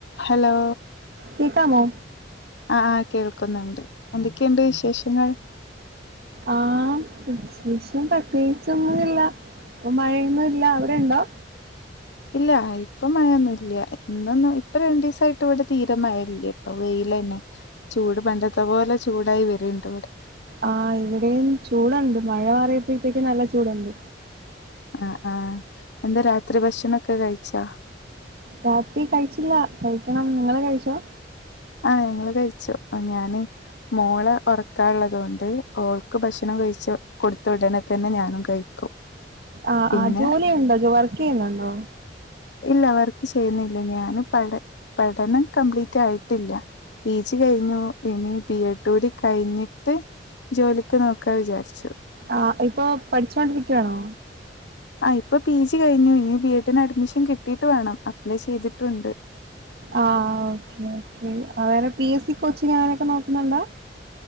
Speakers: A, on the left; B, on the right.
A: Hello
B: കേക്കാമോ
A: ആഹ് ആഹ് കേൾക്കുന്നുണ്ട്. എന്തൊക്കെണ്ട് വിശേഷങ്ങൾ?
B: ആഹ് വിശേഷം പ്രത്യേകിച്ചൊന്നും ഇല്ല. ഇപ്പം മഴയൊന്നും ഇല്ല. അവിടെ ഇണ്ടോ?
A: ഇല്ല ഇപ്പൊ മഴൊന്നും ഇല്ല. ഇന്നൊന്നും ഇപ്പൊ രണ്ടീസായിട്ട് ഇവിടെ തീരെ മഴ ഇല്ല്യട്ടോ. വെയിലെന്നെ ചൂട് പണ്ടത്തെ പോലെ ചൂടായി വര്ണ്ട് ഇവടെ
B: ആഹ് ഇവിടെയും ചൂടണ്ട് മഴ മാറിയപ്പോഴ്ത്തേക്കും നല്ല ചൂടുണ്ട്.
A: ആഹ് ആഹ്. എന്താ രാത്രി ഭക്ഷണം ഒക്കെ കഴിച്ചോ?
B: രാത്രി കഴിച്ചില്ല. കഴിക്കണം. നിങ്ങള് കഴിച്ചോ?
A: ആഹ് ഞങ്ങള് കഴിച്ചു. ഞാന് മോളെ ഒറക്കാള്ളത് കൊണ്ട് ഓൾക്ക് ഭക്ഷണം കഴിച്ചു കൊടുത്ത ഉടനെ തന്നെ ഞാനും കഴിക്കും.
B: ആഹ്
A: പിന്നെ
B: ആഹ്. ജോലി ഉണ്ടോ, വർക്കെയ്യുന്നുണ്ടോ?
A: ഇല്ല വർക്ക് ചെയ്യുന്നില്ല ഞാന് പഠ പഠനം കംപ്ലീറ്റ് ആയിട്ടില്ല. പി ജി കഴിഞ്ഞു ഇനി ബി എഡൂ ടി കഴിഞ്ഞിട്ട് ജോലിക്ക് നോക്കാ വിചാരിച്ചു
B: ആഹ് ഇപ്പൊ പഠിച്ചോണ്ടിരിക്കുവാണോ?
A: ആഹ് ഇപ്പൊ പി ജി കഴിഞ്ഞു ഇനി ബി എഡിന് അഡ്മിഷൻ കിട്ടിട്ട് വാണം. അപ്ലൈ ചെയ്തിട്ടുണ്ട്.
B: ആഹ് ഓക്കേ ഓക്കേ. വേറെ പി എസ് സി കോച്ചിങ് അങ്ങനെയൊക്കെ നോക്കുന്നുണ്ടോ?